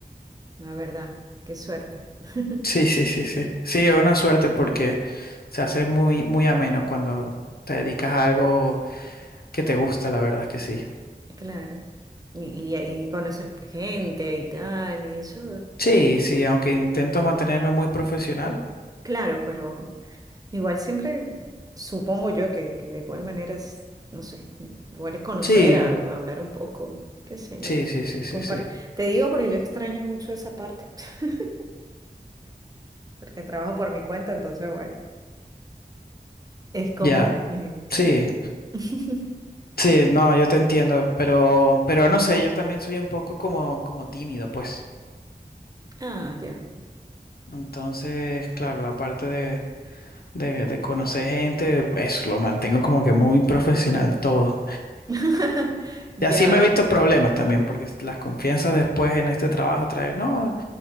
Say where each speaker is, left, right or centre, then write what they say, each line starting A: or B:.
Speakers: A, on the right; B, on the left.
A: La verdad. Qué suerte. <laughs>
B: Sí, sí, sí, sí. Sí, Sí, es una suerte porque se hace muy, muy ameno cuando te dedicas a algo que te gusta, la verdad es que sí.
A: Claro. Y, y ahí conoces gente y tal, y eso,
B: Sí, sí, aunque intento mantenerme muy profesional.
A: claro, pero igual siempre supongo yo que, que de igual manera es, no sé, igual es conocer,
B: Sí,
A: a- hablar un poco, qué sé
B: Sí,
A: yo.
B: sí, sí, sí,
A: Compar-
B: sí.
A: Te digo porque yo extraño mucho esa parte, <laughs> porque trabajo por mi cuenta, entonces bueno, es como
B: Ya,
A: que sí.
B: sí,
A: <laughs>
B: sí, no, yo te entiendo, pero, pero no sé, yo también soy un poco como, como tímido, pues.
A: Ah, ya.
B: Entonces, claro, la parte de, de, de conocer gente, eso lo mantengo como que muy profesional todo.
A: <laughs>
B: Y así
A: Ya.
B: me he visto problemas también, porque las confianzas después en este trabajo traen, no,